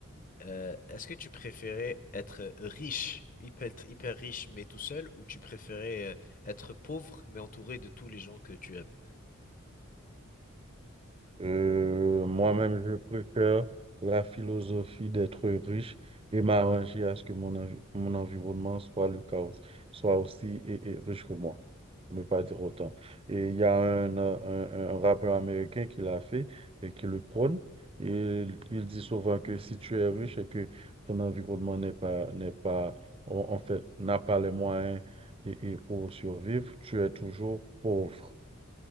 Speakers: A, on the left; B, on the right.
A: euh, est-ce que tu préférais être riche, hyper hyper riche mais tout seul, ou tu préférais euh, être pauvre mais entouré de tous les gens que tu aimes?
B: Euh, moi-même, je préfère la philosophie d'être riche et m'arranger à ce que mon, envi- mon environnement soit le chaos, soit aussi et, et riche que moi, pour ne pas dire autant. Et il y a un, euh, un, un rappeur américain qui l'a fait et qui le prône. Et il, il dit souvent que si tu es riche et que ton environnement n'est pas, n'est pas, en en fait, n'a pas les moyens et, et pour survivre, tu es toujours pauvre.